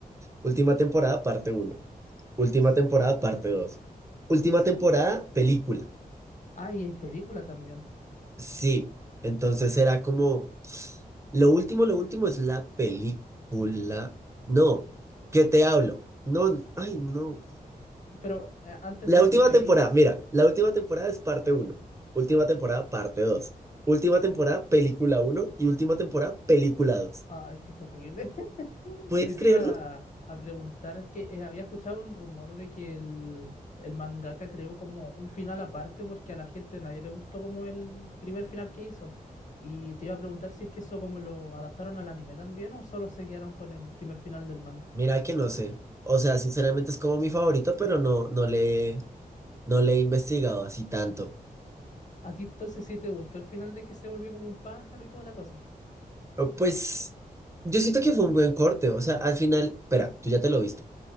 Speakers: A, on the right; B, on the left.
A: última temporada parte uno
B: <laughs>
A: última
B: S-
A: temporada parte dos última
B: s-
A: temporada película.
B: Ah, y hay película también.
A: Sí, entonces era como, lo último, lo último es la película. No, ¿qué te hablo? No, ay, no.
B: Pero eh, antes
A: La
B: de
A: última
B: que me
A: temporada,
B: digas,
A: mira, la última temporada es parte uno última temporada parte dos última temporada película uno y última temporada película dos
B: ay, qué terrible. <laughs>
A: ¿Puedes
B: Yo
A: creerlo?
B: te iba a, a preguntar, es que eh, había escuchado un rumor de que el, el mangaka creó como un final aparte porque a la gente a nadie le gustó como el primer final que hizo. Y te iba a preguntar si es que eso como lo adaptaron al anime también o solo se quedaron con el primer final del manga.
A: Mira que no sé. O sea, sinceramente es como mi favorito, pero no, no le, no le he investigado así tanto.
B: ¿A ti entonces sí te gustó el final de que se volvió como un pájaro y toda la cosa?
A: Pero, Pues yo siento que fue un buen corte, o sea, al final, espera, tú ya te lo viste.